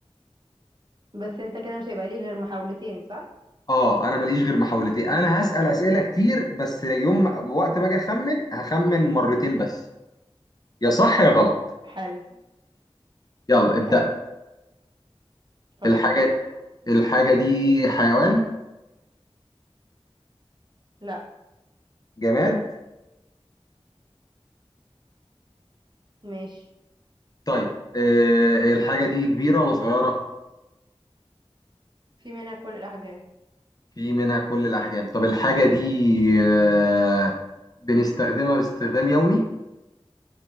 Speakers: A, on the right; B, on the left.
A: بس انت كده مش هيبقى ليه غير محاولتين صح
B: اه انا ماليش غير محاولتين انا هسأل اسئله كتير بس يوم ما- وقت ما اجي اخمن هخمن مرتين بس يا صح يا غلط
A: حلو
B: يلا ابدأ
A: حلو فكرت
B: الحاجه الحاجه دي حيوان
A: لا
B: جماد
A: ماشي
B: طيب آه الحاجه دي كبيره ولا صغيره
A: في منها كل الاحجام
B: في منها كل الاحجام طب الحاجه دي آه بنستخدمها باستخدام يومي